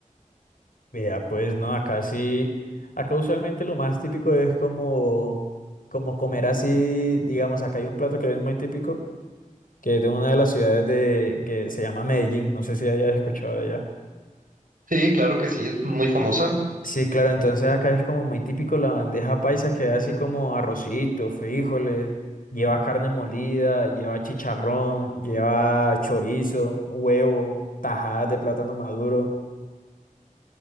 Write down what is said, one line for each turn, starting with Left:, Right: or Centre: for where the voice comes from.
Left: Vea, pues no, acá sí, acá usualmente lo más típico es como, como comer así, digamos, acá hay un plato que es muy típico, que es de una de las ciudades de, que se llama Medellín, no sé si hayas escuchado de allá.
Right: Sí, claro que sí, es muy famosa.
Left: Sí, claro, entonces acá es como muy típico la bandeja paisa, que es así como arrocito, frijoles, lleva carne molida, lleva chicharrón, lleva chorizo, huevo, tajadas de plátano maduro.